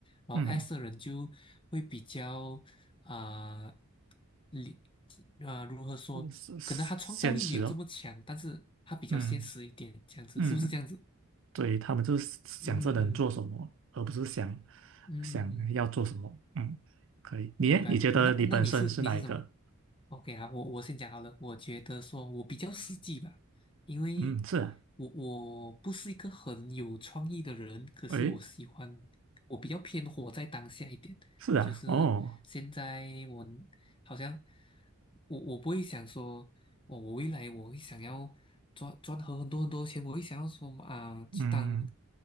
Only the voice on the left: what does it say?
然后
S 的人就会比较啊，理、啊、如何说？
可能他创造力没有这么强，但是他比较现实一点，
这样子是不是这样子？
嗯嗯
嗯。
明白明白。那那你是你是什么？OK 啊，我我先讲好了。我觉得说我比较实际吧，因为
我我不是一个很有创意的人，可是我喜欢，
我比较偏活在当下一点。
就是现在我
好像我我不会想说。我我未来我会想要赚赚很很多很多钱，我会想要说啊、
去当